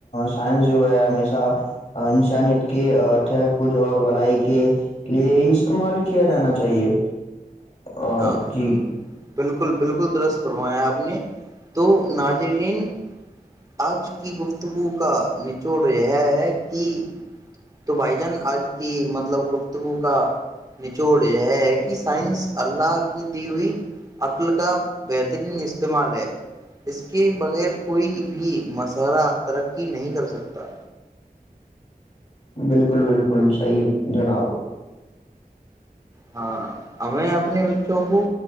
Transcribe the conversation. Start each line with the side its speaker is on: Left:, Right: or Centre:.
Left: سائنس جو ہے ہمیشہ انسانیت کے تحفظ اور ولائی کے لیے ہی استعمال کیا جانا چاہیے اور
Right: ہاں
Left: جی
Right: بالکل بالکل درست فرمایا آپ نے تو ناجرین آج کی گفتگو کا نچوڑ یہ ہے کہ تو بھائی جان آج کی مطلب گفتگو کا نچوڑ یہ ہے کہ سائنس اللہ کی دی ہوئی عقل کا بہترین استعمال ہے اس کے بغیر کوئی بھی مشرہ ترقی نہیں کر سکتا
Left: بالکل بالکل صحیح جناب
Right: ہاں ہمیں اپنے بچوں کو